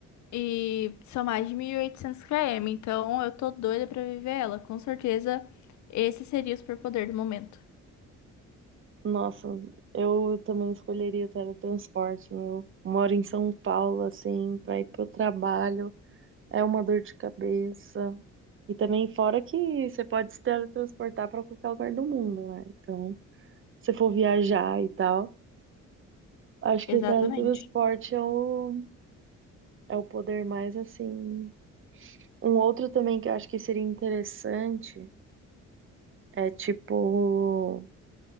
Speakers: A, on the left; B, on the right.
A: E são mais de mil e oitocentos km, então eu tô doida pra viver ela. Com certeza, esse seria o superpoder do momento.
B: Nossa, eu também escolheria o teletransporte, meu. Moro em São Paulo, assim, pra ir pro trabalho. É uma dor de cabeça. E também, fora que você pode se teletransportar pra qualquer lugar do mundo, né? Então, se for viajar e tal, acho que
A: Exatamente.
B: o teletransporte é o, é o poder mais, assim. Um outro também que eu acho que seria interessante é tipo